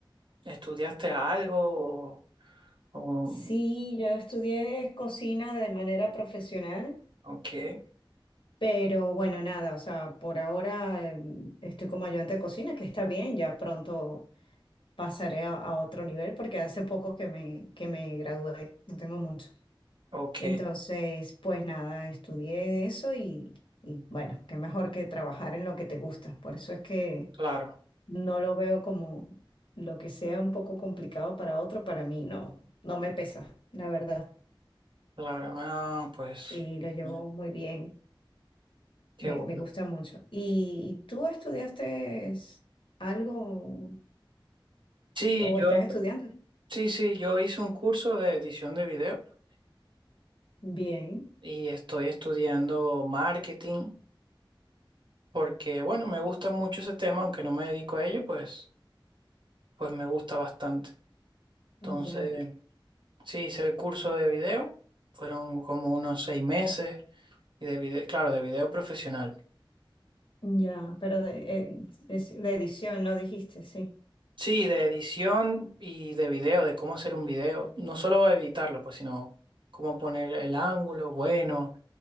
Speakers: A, on the right; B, on the left.
A: ¿estudiaste algo o, o,
B: sí, yo estudié cocina de manera profesional.
A: o qué?
B: Pero bueno, nada, o sea, por ahora eh, estoy como ayudante de cocina, que está bien, ya pronto pasaré a, a otro nivel porque hace poco que me, que me gradué, no tengo mucho.
A: Ok,
B: Entonces, pues nada, estudié eso y, y bueno, qué mejor que trabajar en lo que te gusta. Por eso es que
A: claro,
B: no lo veo como lo que sea un poco complicado para otro, para mí no, no me pesa, la verdad.
A: claro. Ah, pues,
B: Sí, lo llevo
A: bien,
B: muy bien.
A: qué
B: Me,
A: bueno.
B: me gusta mucho. ¿Y, y tú estudiaste algo
A: Sí,
B: o
A: yo,
B: estás estudiando?
A: sí, sí, yo hice un curso de edición de video
B: Bien,
A: y estoy estudiando marketing porque, bueno, me gusta mucho ese tema, aunque no me dedico a ello, pues, pues me gusta bastante. Entonces,
B: ya, que-
A: sí, hice el curso de video, fueron como unos seis meses y de video, claro, de video profesional.
B: ya, pero de, eh, es- de edición, ¿no dijiste? Sí,
A: Sí, de edición y de video, de cómo hacer un video. No solo editarlo, pues, sino cómo poner el ángulo bueno,